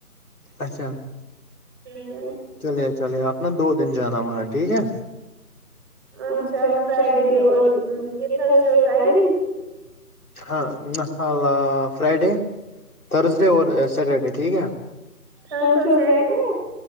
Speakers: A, on the left (about 65°); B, in the centre.
A: اچھا
B: پھر
A: چلیے چلیے اپنا دو دن جانا وہاں ٹھیک ہے
B: اچھا فرائیڈے اور یے تھرسڈے اور فرائیڈے
A: ہاں نہ حالا فرائیڈے تھرزڈے اور سیٹرڈے ٹھیک ہے
B: تھرسڈے اور سیٹرڈے